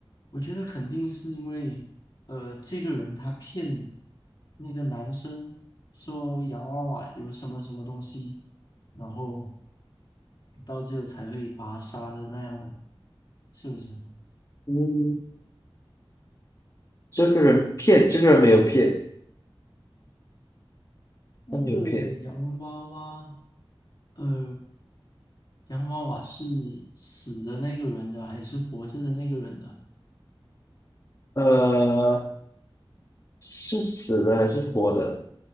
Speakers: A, on the left (about 50°); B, on the left (about 35°).
A: 我觉得肯定是因为，呃，这个人他骗那个男生说洋娃娃有什么什么东西，然后到最后才会把他杀了那样的，是不是？
B: 嗯，这个人骗，这个人没有骗，
A: 那个洋娃娃。
B: 他没有骗。
A: 呃，洋娃娃是死的那个人的还是活着的那个人的？
B: 呃，是死的还是活的？